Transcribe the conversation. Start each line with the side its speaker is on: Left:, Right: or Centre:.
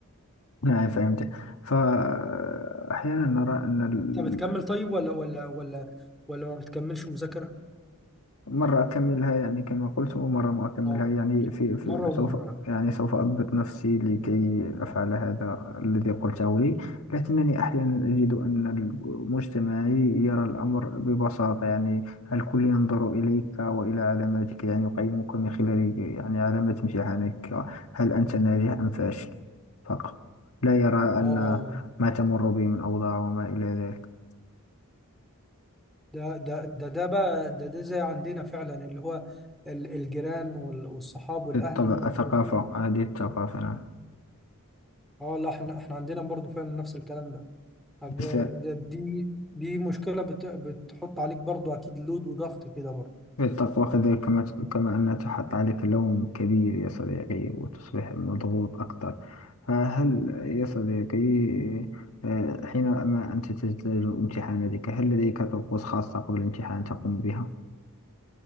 Left: نعم فهمت فأحيانا نرى أن ال-
Centre: انت بتكمل طيب ولا ولا ولا ولا ما بتكملش مذاكرة
Left: مرة أكملها يعني كما قلت ومرة ما أكملها
Centre: اه
Left: يعني في, في
Centre: مرة ومرة
Left: سوف
Centre: يعني.
Left: يعني سوف أضبط نفسي لكي أفعل هذا الذي قلته لي لكنني أحيانا أجد أن مجتمعي يرى الأمر ببساطة يعني الكل ينظر إليك وإلى علاماتك يعني يقيمك من خلال يعني علامات امتحانك هل أنت ناجح أم فاشل فقط لا يرى
Centre: اه
Left: أن ما تمر به من أوضاع وما إلى ذلك
Centre: ده ده ده ده بقى ده ده زي عندنا فعلا اللي هو ال- الجيران وال- والصحاب والاهل
Left: بالطبع
Centre: مو-
Left: الثقافة
Centre: بيكونوا
Left: هذه الثقافة نعم
Centre: اه لا احنا احنا عندنا برضو فعلا نفس الكلام ده طب
Left: بس
Centre: ده دي دي مشكلة بت بتحط عليك برضو اكيد لود وضغط كده برضو
Left: التقوى كذلك كما كما أن تحط عليك لوم كبير يا صديقي وتصبح مضغوط أكثر فهل يا صديقي آه، حينما أنت تجتاز امتحاناتك هل لديك طقوس خاصة قبل الامتحان تقوم بها؟